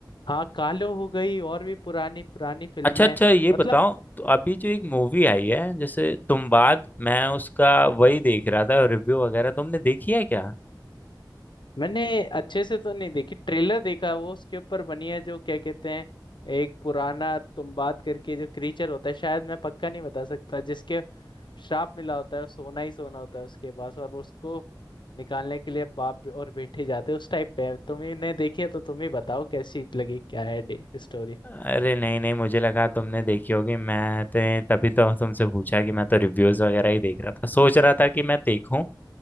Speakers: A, on the left; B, on the left.
A: हाँ कालो हो गई और भी पुरानी पुरानी फिल्में
B: अच्छा अच्छा ये बताओ
A: मतलब
B: तो अभी जो एक मूवी आई है जैसे तुम बाद मैं उसका वही देख रहा था रिव्यू वगैरह तुमने देखी है क्या
A: मैंने अच्छे से तो नहीं देखी ट्रेलर देखा वो उसके ऊपर बनी है जो क्या कहते हैं एक पुराना तुम बात करके जो क्रीचर होता है शायद मैं पक्का नहीं बता सकता जिसके श्राप मिला होता है वो सोना ही सोना होता है उसके पास और उसको निकालने के लिए बाप बे- और बेटे जाते हैं उस टाइप पे है। तुमने देखी है तो तुम ही बताओ कैसी लगी क्या है डे स्टोरी
B: अरे नहीं नहीं मुझे लगा तुमने देखी होगी मैं तो तभी तो तुमसे पूछा कि मैं तो रिव्यूज वगैरह ही देख रहा था सोच रहा था कि मैं देखूं